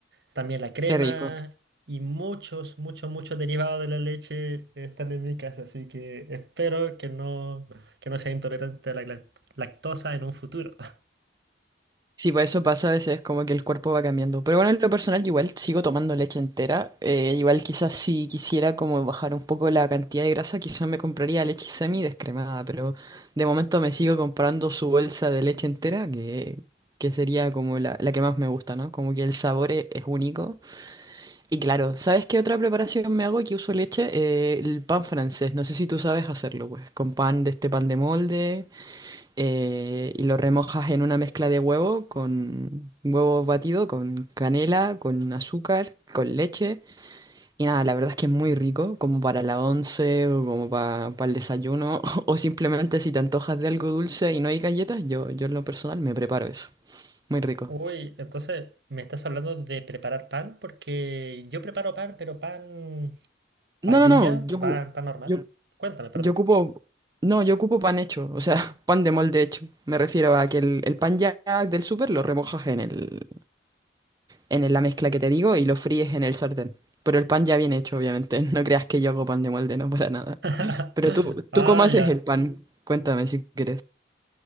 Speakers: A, on the right; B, on the right.
A: También la crema
B: Qué rico.
A: y muchos, muchos, muchos derivados de la leche están en mi casa, así que espero que no, que no sea intolerante a la glac- lactosa en un futuro. <laughs>
B: Sí, pues eso pasa a veces, como que el cuerpo va cambiando. Pero bueno, en lo personal, yo igual sigo tomando leche entera. eh, igual quizás si quisiera como bajar un poco la cantidad de grasa, quizás me compraría leche semi descremada, pero de momento me sigo comprando su bolsa de leche entera, que, que sería como la, la que más me gusta, ¿no? Como que el sabor e- es, único. Y claro, ¿sabes qué otra preparación me hago que uso leche? Eh, el pan francés. No sé si tú sabes hacerlo, pues, con pan de este pan de molde. eh, y lo remojas en una mezcla de huevo con huevo batido, con canela, con azúcar, con leche. Y nada, la verdad es que es muy rico, como para la once o como para, el desayuno, <laughs> o simplemente si te antojas de algo dulce y no hay galletas, yo, yo en lo personal me preparo eso. Muy rico.
A: Uy, entonces me estás hablando de preparar pan, porque yo preparo pan, pero pan
B: No,
A: ayuya,
B: no, no, yo, ocu-
A: pan, pan normal.
B: yo,
A: Cuéntame, perdón.
B: yo ocupo... No, yo ocupo pan hecho, o sea, <laughs> pan de molde hecho. Me refiero a que el, el pan ya del súper lo remojas en el, en la mezcla que te digo y lo fríes en el sartén. Pero el pan ya bien hecho, obviamente. <laughs> No creas que yo hago pan de molde, no para nada.
A: <laughs>
B: Pero tú,
A: Ah,
B: ¿tú cómo haces
A: ya.
B: el pan? Cuéntame si quieres.